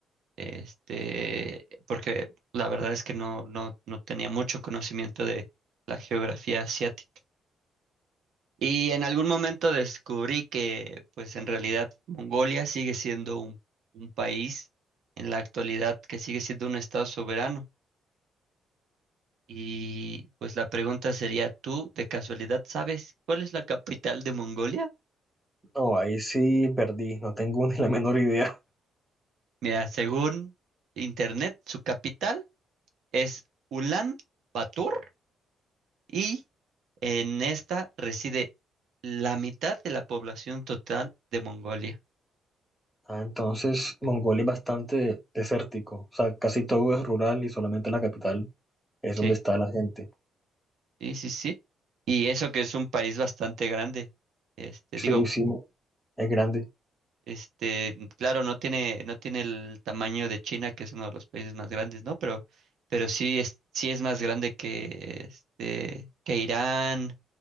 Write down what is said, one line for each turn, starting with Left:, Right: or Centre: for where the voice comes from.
Right: este, porque la verdad es que no, no, no tenía mucho conocimiento de la geografía asiática. Y en algún momento descubrí que, pues en realidad, Mongolia sigue siendo un, un país en la actualidad que sigue siendo un estado soberano. Y pues la pregunta sería, ¿tú de casualidad sabes cuál es la capital de Mongolia?
Centre: No, ahí sí perdí, no tengo <laughs> ni la menor idea.
Right: Mira, según internet, su capital es Ulan Bator y en esta reside la mitad de la población total de Mongolia.
Centre: Ah, entonces Mongolia es bastante desértico, o sea, casi todo es rural y solamente la capital es
Right: Sí,
Centre: donde está la gente.
Right: sí, sí, sí. Y eso que es un país bastante grande. Este,
Centre: Sí,
Right: digo,
Centre: sí, mo- es grande.
Right: este, claro, no tiene, no tiene el tamaño de China, que es uno de los países más grandes, ¿no? Pero, pero sí es, sí es más grande que este, que Irán.